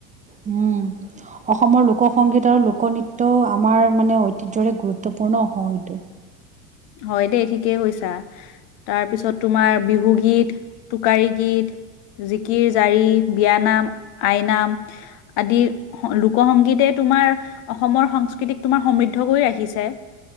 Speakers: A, on the right; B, on the left.
A: উম। অসমৰ লোক সংগীত আৰু লোক নৃত্যও আমাৰ মানে ঐতিহ্যৰে গুৰুত্বপূৰ্ণ হয় এইটো।
B: হয় দেই, ঠিকেই কৈছা। তাৰপিছত তোমাৰ বিহু গীত, টোকাৰী গীত, - জিকিৰ জাৰি, বিয়া নাম, আইনাম, - আদি। লোক সংগীতে তোমাৰ অসমৰ সংস্কৃতিক তোমাৰ সমৃদ্ধ কৰি ৰাখিছে।